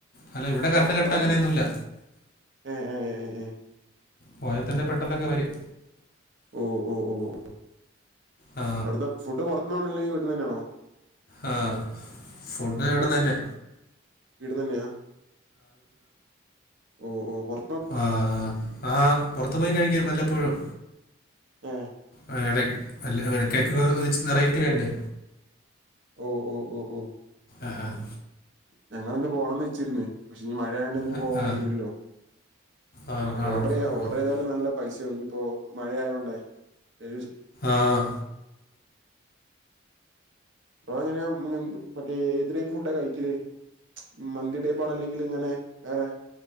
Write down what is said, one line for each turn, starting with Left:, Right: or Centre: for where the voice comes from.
Left: അല്ല ഇവിടെ കറണ്ട്
Right: ആ
Left: കട്ടങ്ങനെയൊന്നുല്ല
Right: പറഞ്ഞോളി ഏ ഏ ഏ ഏ
Left: പോയ തന്നെ പെട്ടെന്നൊക്കെ വരും
Right: ഓഹ് ഓഹ് ഓഹ്
Left: ആ
Right: അവിടുത്തെ ഫുഡ് പൊറത്ത്ന്നാണോ അല്ലെങ്കി വീട്ട്ന്ന്തന്നേണോ?
Left: ആഹ് ഫുഡ് ഇവടന്ന്ന്നെയാ
Right: ഇവിട്ന്നന്നെയാ ഓഹ് ഓഹ് പൊറ
Left: ആഹ്, ആഹ് ആ പൊറത്തു പോയി കഴിക്കും വല്ലപ്പോഴും
Right: ഏഹ്.
Left: അ ഇടക് അല്ല ഇടക്കൊക്കെ കൊറച്ചു വെറേറ്റി വേണ്ടെ
Right: ഓഹ് ഓഓഓഹ്
Left: അഹ് ആഹ്
Right: ഞങ്ങിളിന്ന് പോണന്ന് വച്ചിരുന്ന് പക്ഷേ ഇഞ്ഞി മഴായോണ്ട് ഇഞ്
Left: ആ
Right: പോവാൻ
Left: ആ
Right: കയ്യൂലല്ലോ,
Left: ആ, ആണോ
Right: ഓഡറയ്യ,
Left: ആ
Right: ഓഡറയ്താലും നല്ല പൈസാവുഞ്ഞിപ്പോ മഴയായോണ്ടേ <unintelligible>
Left: ആഹ്
Right: എങ്ങനെയാ <unintelligible> മറ്റേ ഏത് ടൈപ്പ് ഫുഡാ കയിക്കല്, മന്തി ടൈപ്പാണ അല്ലെങ്കിൽ ഇങ്ങനെ വേറെ